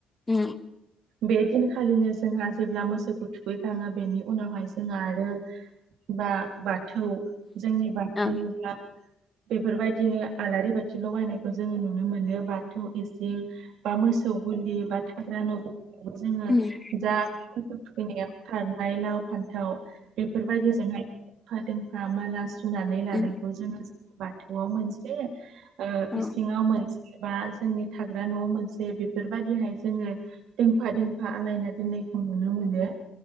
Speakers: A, on the left; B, on the right.
A: ओ।
B: बे दिनखालिनो जोंहा जेब्ला मोसौखौ थुखैखाङो बेनि उनावहाय जोंहा आरो बा बाथौ जोंनि बाथौ
A: औ उम
B: बा बेफोरबायदिनो आलारि बाथि लगायनायखौ जोङो नुनो मोनो। बाथौ इसिं बा मोसौ गलि बा थाग्रा न'बो जोङो
A: उम औ
B: जा थुखैनायाव सारनाय लाव फान्थाव। बेफोरबायदि फा दोंफा माला सुनानै लानायखौ
A: उम
B: जोङो बाथौआव मोनसे ओ
A: औ उम
B: इसिङाव मोनसे बा जोंनि थाग्रा न'आव मोनसे बेफोरबायदिहाय जोङो दोंफा दोंफा आलायना दोननायखौ नुनो मोनो।